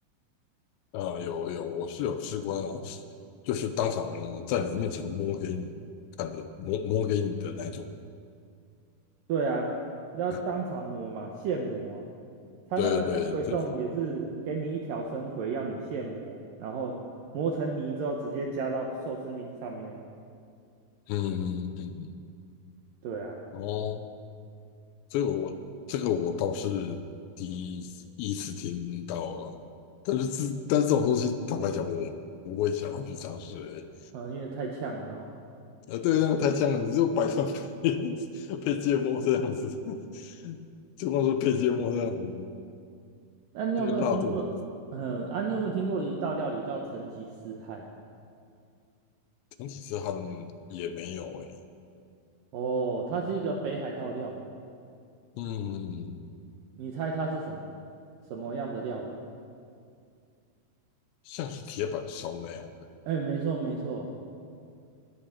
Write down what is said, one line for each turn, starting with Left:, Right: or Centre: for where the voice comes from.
Left: <laughs> 啊，有有，我是有吃过那种，就是当场在你面前摸给你看的，摸摸给你的那种。
Right: 对啊，要当场磨嘛，
Left: 啊
Right: 现磨啊。他那个生葵冻也是给你一条生葵，
Left: 对对对，这
Right: 要你现磨，然后磨成泥之后直接加到寿司米上面。
Left: 嗯嗯嗯嗯，
Right: 对啊，
Left: 哦，这个我这个我倒是第一次一次听到了，但是这但是这种东西，坦白讲，我不会想要去尝试欸
Right: 嗯，因为太呛了哦。
Left: 呃，对，那样太像了，你就白饭配 <laughs> 配芥末这样子，<laughs> 就光是配芥末这样子，
Right: 那你有没有听过？
Left: 那个辣度
Right: 嗯，啊，你有没有听过一道料理叫成吉思汗？
Left: 整体之汗也没有诶、
Right: 哦，它是一个北海道料理。
Left: 嗯，
Right: 你猜它是什么？什么样的料理？
Left: 像是铁板烧那样的，
Right: 哎，没错没错，